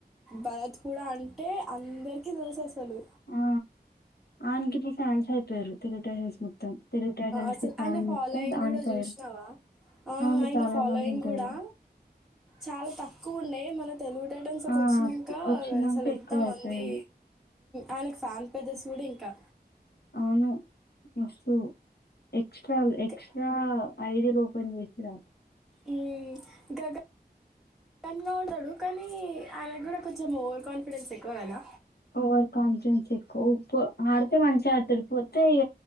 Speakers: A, in the centre; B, on the left.
A: భరత్ కూడా అంటే అందరికి తెలుసు అసలు
B: ఆ ఆయనకి త ఫాన్స్ అయిపోయారు తెలుగు టాలెంట్స్ మొత్తం తెలుగు టాలెంట్స్
A: అసలు
B: కి ఫ్యాన్
A: ఆయన ఫాలోయింగ్
B: మొత్తం అయిపోయారు
A: కూడా చూసినావా ఆ
B: అవును
A: ఆయన
B: చాలా
A: ఫాలోయింగ్
B: మంది ఉంటారు
A: కూడా చాలా తక్కువ ఉండేయి మన తెలుగు టైటమ్స్ ఒక
B: ఆ
A: వచ్చినాక
B: వచ్చినాక
A: అసలు ఎంత
B: ఎక్కువ అయిపోయారు
A: మంది ఆయనకు ఫ్యాన్ పేజెస్ కూడా ఇంకా
B: అవును మస్తు ఎక్స్ట్రా ఎక్స్ట్రా
A: క్
B: ఆఐడ లోపని విస్ రా
A: ఈ గగా న్గా ఉంటాడు కానీ ఆయనకు కూడా కొంచెం ఓవర్ కాన్ఫిడెన్స్ ఎక్కువ కదా
B: ఓవర్ కాన్ఫిడెన్స్ ఎక్కువ ఆడితే మంచిగా ఆడుతాడు పోతే ఇ